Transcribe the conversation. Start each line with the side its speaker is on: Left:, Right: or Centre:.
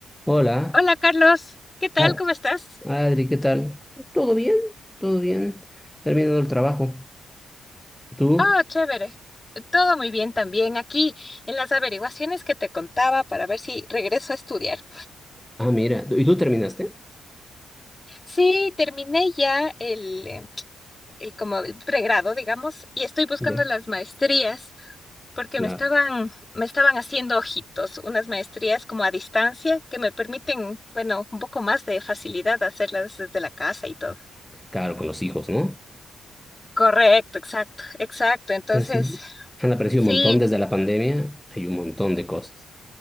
Centre: Hola,
Left: Hola Carlos, ¿qué tal?
Centre: Ad-
Left: ¿Cómo estás?
Centre: Adri, ¿qué tal? ¿Todo bien? ¿Todo bien? Terminando el trabajo. ¿Tú?
Left: Oh, chévere. Todo muy bien también aquí en las averiguaciones que te contaba para ver si regreso a estudiar.
Centre: Ah, mira. ¿Y tú terminaste?
Left: Sí, terminé ya el, eh, el como el pregrado, digamos, y estoy buscando
Centre: Ya,
Left: las maestrías porque
Centre: claro.
Left: me estaban, me estaban haciendo ojitos, unas maestrías como a distancia que me permiten, bueno, un poco más de facilidad hacerlas desde la casa y todo.
Centre: Claro, con los hijos, ¿no?
Left: Correcto, exacto, exacto. Entonces,
Centre: Es así. Han aparecido
Left: sí,
Centre: un montón desde la pandemia. Hay un montón de cosas.